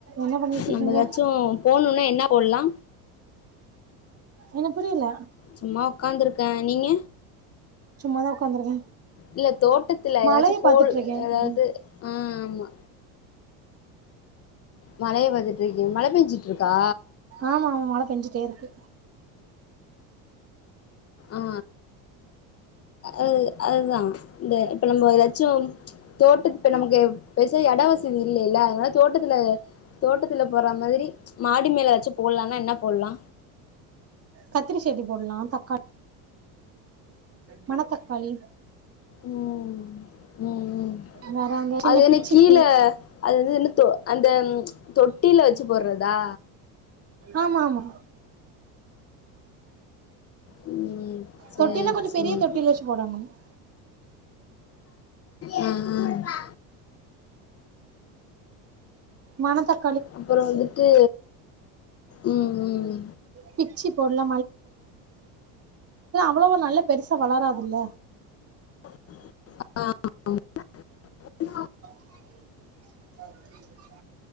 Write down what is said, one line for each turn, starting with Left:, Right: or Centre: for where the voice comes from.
Right: என்ன பண்ணிட்டு இருக்கீங்க
Left: நம்ம ஏதாச்சு போணுனா என்னா போல்லா
Right: என்ன புரியல
Left: சும்மா உக்காந்துருக்கே நீங்க
Right: சும்மாதா உக்காந்துருக்கே
Left: இல்ல தோட்டத்துல
Right: மழைய
Left: ஏதாச்சு போல்
Right: பாத்துட்ருக்கே
Left: ஏதாவது
Right: ம்
Left: ம் ஆமா மழய பாத்துட்டு இருக்கீங் மழ பேஞ்சுட்டு இருக்கா
Right: ஆமா ஆமா மழ பேஞ்சுட்டே இருக்கு
Left: ஆ ஆ அ அதுதா இந்த இப்ப நம்ப ஏதாச்சும் தோட்டத் இப்ப நமக்கு பெசா எடோ வசதி இல்லைல்ல அதனால தோட்டத்துல தோட்டத்துல போற மாதிரி மாடி மேல வச்சு போட்லான்னா என்ன போட்லா
Right: கத்திரி செட்டி போட்லா தக்காள் மணத்தக்காளி
Left: ம் ம் ம்
Right: வேற அந்த சின்ன
Left: அது என்ன
Right: பிச்சி
Left: கீழ
Right: பூ
Left: அது வந்து என்ன தே அந்த தொட்டில வச்சு போட்றதா
Right: ஆமா ஆமா
Left: ம் சேரி
Right: தொட்டின்னா கொஞ்சோ
Left: சேரி
Right: பெரிய தொட்டியில வச்சு <inaudible>
Left: ஆ ஆ
Right: மனத்தக்
Left: அப்புறோ வந்துட்டு ம் ம்
Right: பிச்சி போட்லா வ்வளவோ நல்ல பெருசா வளராதுல்ல
Left: <unintelligible>
Right: அ